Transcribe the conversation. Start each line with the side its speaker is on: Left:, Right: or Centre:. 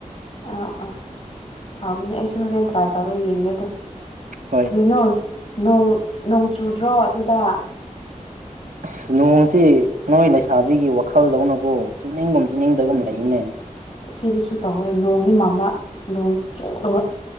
Left: ꯑꯥ ꯑꯥ ꯍꯥꯎꯕꯅꯦ ꯑꯩꯁꯨ ꯍꯧꯔꯦꯟ ꯇ꯭ꯔꯥꯏ ꯇꯧꯔꯒ ꯌꯦꯡꯒꯦ ꯑꯗꯨ꯫
Right: ꯍꯣꯏ
Left: ꯀ꯭ꯔꯤꯅꯣ ꯅꯣꯡ ꯅꯣꯡ ꯆꯨꯗ꯭ꯔꯣ ꯑꯗꯨꯗꯥ?
Right: ꯑꯁ ꯅꯣꯡꯁꯤ ꯅꯣꯏ ꯂꯩꯁꯥꯕꯤꯒꯤ ꯋꯥꯈꯜꯗꯧꯅꯀꯣ ꯆꯨꯅꯤꯡꯒꯨꯝ ꯆꯨꯅꯤꯡꯗꯒꯨꯝ ꯂꯩꯅꯦ꯫
Left: ꯑꯁꯤꯗꯁꯨ ꯇꯧꯋꯦ ꯅꯣꯡꯗꯤ ꯃꯝꯕ ꯅꯣꯡꯗꯤ ꯆꯨꯗꯕ